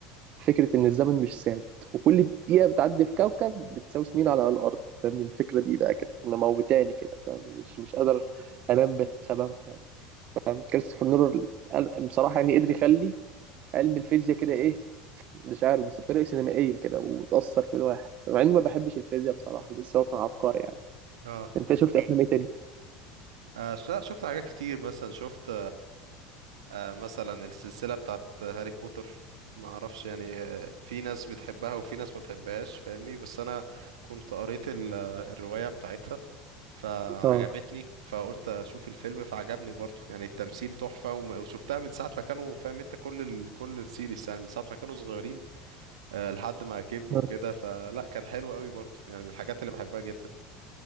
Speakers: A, on the right (about 50°); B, on the right (about 80°).
A: فكرة ان الزمن مش ثابت وكل دقيقة بتعدي في كوكب بتساوي سنين على الأرض فاهمني الفكرة دي بقى كانت مموتاني كده فاهم مش مش قادر انام بسببها يعني فاهم كريستوفر نولان قال- بصراحة يعني قدر يخلي علم الفيزياء كده ايه مش عارف بس بطريقة سينمائية كده وتأثر في الواحد مع إني ما بحبش الفيزياء بصراحة بس هو كان عبقري يعني
B: اه
A: أنت شفت أفلام إيه تاني؟
B: آه، ش- لا شفت حاجات كتير مثلا شفت آه، مثلا السلسلة بتاعت هاري بوتر ما اعرفش يعني آه، في ناس بتحبها وفي ناس ما بتحبهاش فاهمني بس انا كنت قريت ال- آه، الرواية بتاعتها فعجبتني
A: آه
B: فقلت اشوف الفيلم فعجبني برضو يعني التمثيل تحفة وم- وشفتها من ساعة ما كانوا فاهم انت كل ال... كل السيريس يعني من ساعة ما كانوا صغيرين آه، لحد ما كبروا
A: آه.
B: كده فلا كان حلو قوي برضو يعني من الحاجات اللي بحبها جدا